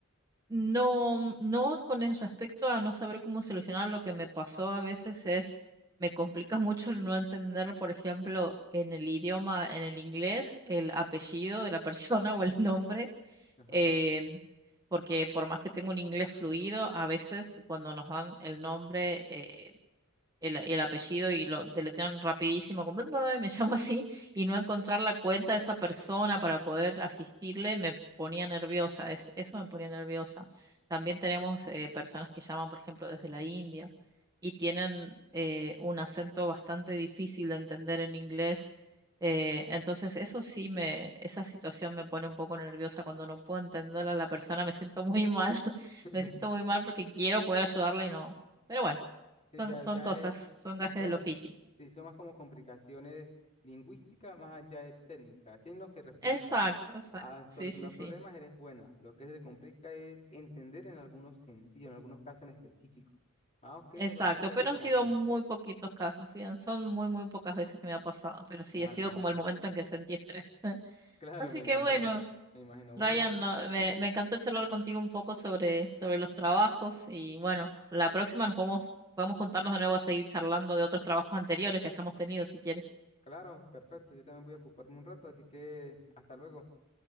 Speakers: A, on the right; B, on the left.
A: No, no con el respecto a no saber cómo solucionar, lo que me pasó a veces es, me complica <laughs> mucho el no entender, por ejemplo, en el idioma, en el inglés, el apellido de la persona <laughs> o el nombre
B: Ajá.
A: eh, porque por más que tengo un inglés fluido, a veces cuando nos dan el nombre, eh, el, el apellido y lo deletrean rapidísimo, como, "Bla, bla, bla", me <laughs> llamo así, y no encontrar la cuenta de esa persona para poder asistirle me ponía nerviosa, es- eso me ponía nerviosa. También tenemos eh, personas que llaman, por ejemplo, desde la India y tienen eh, un acento bastante difícil de entender en inglés. eh, entonces, eso sí me, esa situación me pone un poco nerviosa cuando no puedo entender a la persona, me siento muy mal, <laughs>
B: <laughs>
A: me siento muy mal porque quiero poder ayudarla y no. Pero bueno.
B: Sí,
A: Son,
B: ya,
A: son
B: ya
A: cosas,
B: es
A: son
B: más
A: gajes
B: como,
A: del oficio.
B: sí, son más como complicaciones lingüísticas más allá de técnicas. Sí, en lo que respecta
A: Exacto, exacto.
B: a solucionar
A: Sí, sí, sí.
B: problemas, eres buena. Lo que se te complica es entender en algunos sentidos, en algunos casos en específico. Ah, ok,
A: Exacto.
B: me parece interesante.
A: Pero han sido muy poquitos casos, sí. han- Son muy, muy pocas veces que me ha pasado. Pero sí,
B: Ah,
A: ha sido
B: no.
A: como el
B: <laughs>
A: momento en que sentí estrés. <laughs>
B: Claro,
A: Así
B: me imagino.
A: que bueno,
B: Me imagino.
A: Ryan,
B: Bueno,
A: no- me, me encantó charlar contigo un poco sobre, sobre los trabajos. Y bueno, la próxima nos podemos, podemos juntarnos de nuevo a seguir charlando de otros trabajos anteriores que hayamos tenido, si quieres.
B: claro, perfecto. Yo también voy a ocuparme un rato, así que hasta luego.